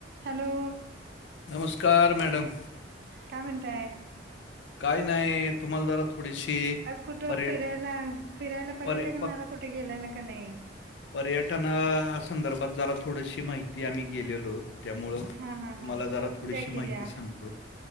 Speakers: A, on the right; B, on the left.
A: Hello.
B: नमस्कार madam.
A: काय म्हणताय.
B: काही नाही तुम्हाला जरा थोडीशी
A: आज कुठं
B: पर्य
A: फिरायला फिरायला पर्यटकनाला
B: पर्य
A: कुठे गेलायला का नाही?
B: पर्यटना संदर्भात जरा थोडीशी माहिती आम्ही गेलेलो. त्यामुळं तुम्हाला
A: हा हा हा
B: जरा थोडीशी
A: द्या की
B: माहिती
A: द्या
B: सांगतो